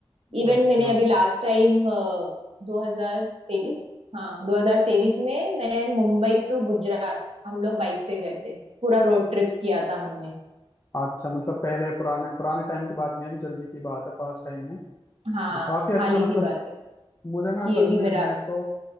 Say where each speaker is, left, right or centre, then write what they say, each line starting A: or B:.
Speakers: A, on the right; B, on the left.
A: इवन
B: अच्छा
A: मैंने अभी लास्ट टाइम 2023 हाँ 2023 में मैं मुंबई टू गुजरात हम लोग बाइक पे गए थे पूरा रोड ट्रिप किया था हमने
B: अच्छा मतलब पहले पुराने पुराने टाइम की बात नहीं अभी जल्दी की बात है पास टाइम में तो
A: हाँ
B: काफी अच्छा
A: हाल ही
B: मतलब
A: की बात है
B: मुझे ना असल
A: ये भी
B: में
A: मेरा
B: मैं तो